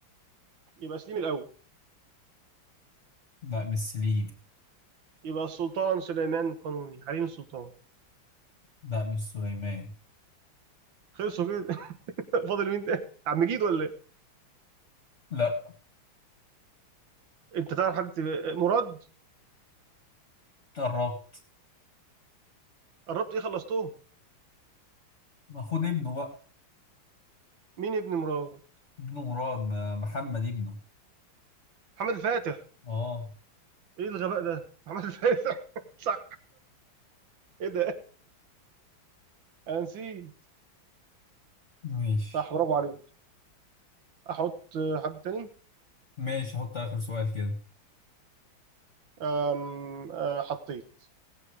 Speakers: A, on the right; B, on the left.
A: يبقى سليم الاول
B: لا مش سليم
A: يبقى السلطان سليمان قانوني حليم السلطان
B: لا مش سليمان
A: خلصوا كده <laughs> فاضل مين تاني عم مجيد ولا ايه
B: لا
A: انت تعرف حد تب- مراد
B: قربت
A: قربت ايه خلصتهم
B: ما خد ابنه بقى
A: مين ابن مراد
B: ابنه مراد م- محمد ابنه
A: محمد الفاتح
B: اه
A: ايه الغباء ده محمد الفاتح <laughs> صح ايه ده انا نسيت
B: ماشي
A: صح برافو عليك احط حد تاني
B: ماشي حط آخر سؤال كده
A: أم، آه، حطيت